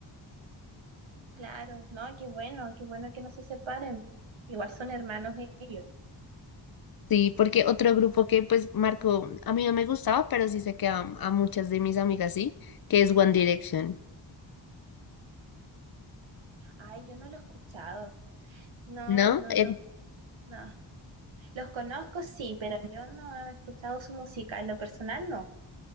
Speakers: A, on the right; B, on the left.
A: Claro, no, qué bueno, qué bueno que no se separen. Igual son hermanos ellos.
B: Sí, porque otro grupo que pues marcó, a mí no me gustaba, pero sí sé que a, a muchas de mis amigas sí, que es One Direction.
A: Ay, yo no lo he escuchado. No,
B: ¿No?
A: no,
B: Eh,
A: no, no. Los conozco, sí, pero yo no he escuchado su música, en lo personal no,